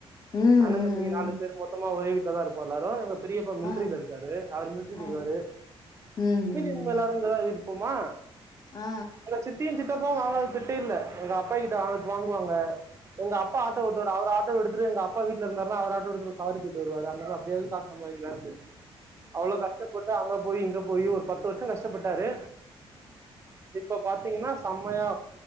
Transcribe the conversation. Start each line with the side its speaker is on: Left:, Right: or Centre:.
Left: ம் ம்
Right: அண்ண தம்பி நாலு
Left: ம்
Right: பேரு மொத்தமா ஒரே வீட்ல தா இருப்போ எல்லாரு பெரியப்பா மில்ட்ரில
Left: ஆ
Right: இருக்காரு அவரு மில்ட்ரி
Left: ஆ
Right: போயிருவாரு
Left: ம் ம்
Right: மீதி இவுங்க எல்லாரு இங்க தா இரு ப்போமா
Left: ஆ
Right: எங்க சித்தியு சித்தப்பாவு வாங்காத திட்டே இல்ல எங்க அப்பாயி கிட்ட வாங் வாங்குவாங்க எங்க அப் அப்பா ஆட்டோ ஓட்டுவாரு அவரு ஆட் ட்டோவ எடுத்துட்டு எங்க அப்பா வீட்ல இருந்தாருன்னா அவரு ஆட்டோ எடுத்து ஒரு சவாரி போயிட்டு வருவாரு அதுனால அப்டியாவது காசு சம்பாரிக்கலான்ட்டு அவ்ளோ கஷ்டப்பட்டு அங்க போயி இங்க போயு ஒரு பத்து வருஷோ கஷ்டப்பட்டாரு இப்ப பாத்தீங்கன்னா செம்மையா